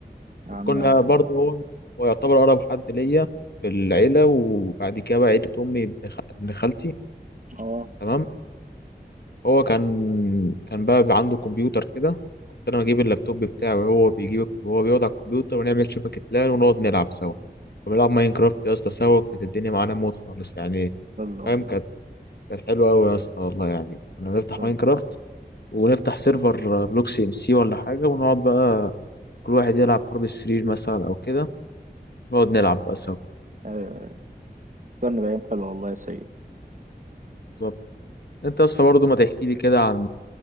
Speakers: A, on the right; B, on the left.
A: يا
B: وكنا
A: عم علي
B: برضه هو هو يعتبر أقرب حد ليا في العيلة وبعد كده بقى عيلة أمي ابن خ- ابن خالتي
A: اه
B: تمام هو كان كان بقى بيبقى عنده كمبيوتر كده كنت أنا بجيب اللابتوب بتاعه وهو بيجيب وهو بيقعد على الكمبيوتر ونعمل شبكة لان ونقعد نلعب سوا كنا بنلعب ماينكرافت يا اسطى سوا كانت الدنيا معانا موت خالص يعني
A: يلا والله
B: فاهم كانت كانت حلوة أوي يا اسطى والله يعني كنا نفتح
A: <laughs> يلا.
B: ماينكرافت ونفتح سيرفر بلوك سي ام سي ولا حاجة ونقعد بقى كل واحد يلعب حرب السرير مثلا أو كده نقعد نلعب بقى
A: ايوه أيوة. فكرني بايام حلوه والله يا سيد
B: سوا انت يا اسطى برضه ما تحكي لي كده عن